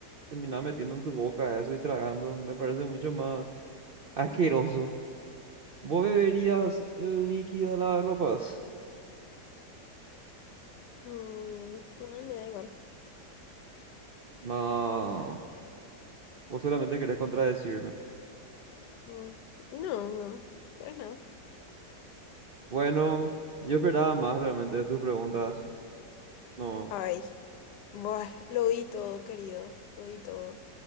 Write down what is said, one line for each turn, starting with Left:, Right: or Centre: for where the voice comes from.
Right: terminar metiendo en tu boca eso y tragando. Me parece mucho más asqueroso. ¿Vos beberías el líquido de las ropas?
Left: Mm, no, me da igual.
Right: No. ¿O solamente querés contradecirme?
Left: Mm, no, no, pero no.
Right: Bueno, yo esperaba más realmente de tus preguntas. No,
Left: Ay. Buah, lo di todo, querido, lo di todo.